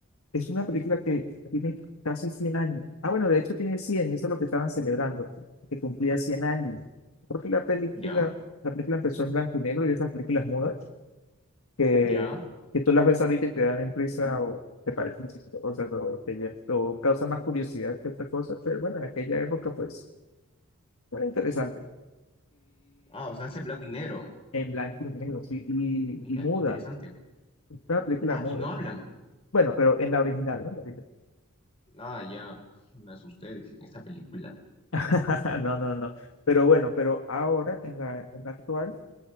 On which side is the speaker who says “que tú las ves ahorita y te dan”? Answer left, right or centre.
Left